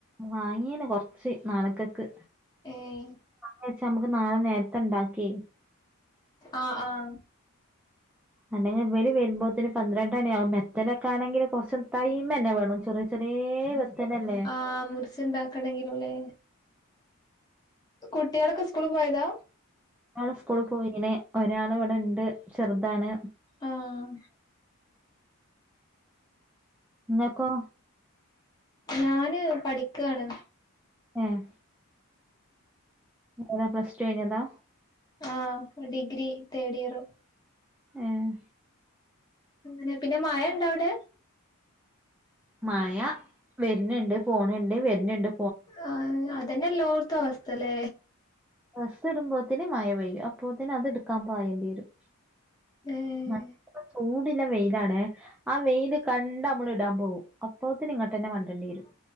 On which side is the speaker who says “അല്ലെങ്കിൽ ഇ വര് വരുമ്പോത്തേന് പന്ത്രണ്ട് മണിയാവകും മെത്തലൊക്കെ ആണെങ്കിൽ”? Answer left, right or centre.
Centre